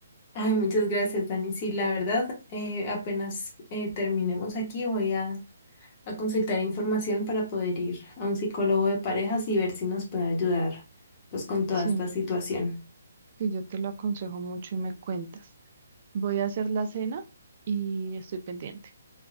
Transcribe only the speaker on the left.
Ay, muchas gracias, Dani. Sí, la verdad, eh, apenas eh, terminemos aquí, voy a, a consultar información para poder ir a un psicólogo de parejas y ver si nos puede ayudar, pues, con toda
esta situación.